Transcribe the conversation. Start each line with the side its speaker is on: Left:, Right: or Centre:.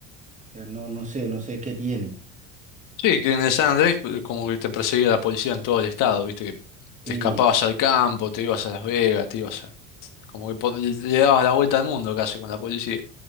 Right: O sea, no, no sé, no sé qué tiene.
Left: Sí, que en el San Andrés eh, como que te perseguía la policía en todo el estado, viste, que te
Right: Sí.
Left: escapabas al campo, te ibas a Las Vegas, te ibas a... Como que po- le le dabas la vuelta al mundo casi con la policía.